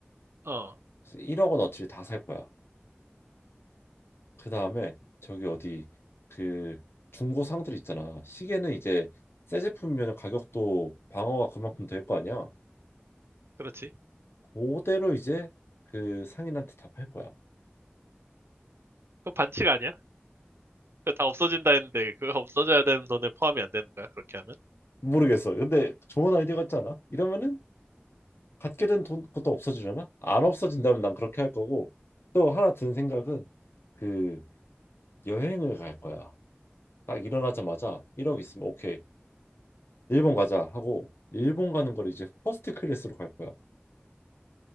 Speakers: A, on the right; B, on the left.
A: 어,
B: 1억 원어치를 다 살 거야. 그 다음에 저기 어디 그 중고 상들 있잖아. 시계는 이제 새 제품이면 가격도 방어가 그만큼 될 거 아니야.
A: 그렇지.
B: 그대로 이제 그 상인한테 다 팔 거야.
A: 그거 반칙 아니야? 그거 다 없어진다 했는데 그거 없어져야 되는 돈에 포함이 안 되는 거야 그렇게 하면?
B: 모르겠어. 근데 좋은 아이디어 같지 않아? 이러면은 갖게 된 돈 것도 없어지잖아. 안 없어진다면 난 그렇게 할 거고 또 하나 든 생각은 그 여행을 갈 거야. 딱 일어나자마자 1억 있으면 오케이 일본 가자 하고 일본 가는 걸 이제 퍼스트 클래스로 갈 거야.